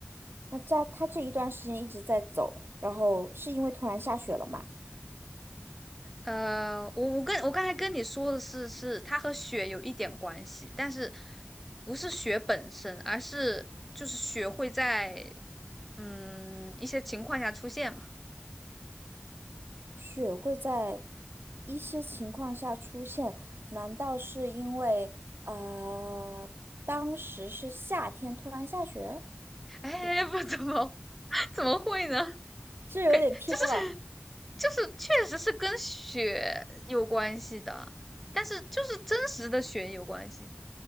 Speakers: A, on the right; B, in the centre.
A: 那这他这一段时间一直在走，然后是因为突然下雪了嘛？
B: 呃，我我跟我刚才跟你说的是，是它和雪有一点关系，但是不是雪本身，而是就是雪会在嗯一些情况下出现嘛。
A: 雪会在一些情况下出现，难道是因为呃当时是夏天突然下雪？
B: <laughs> 哎，
A: 也不
B: 不怎么 <laughs> 怎么会呢？
A: 这有点偏了。
B: 给就是就是确实是跟雪有关系的，但是就是真实的雪有关系，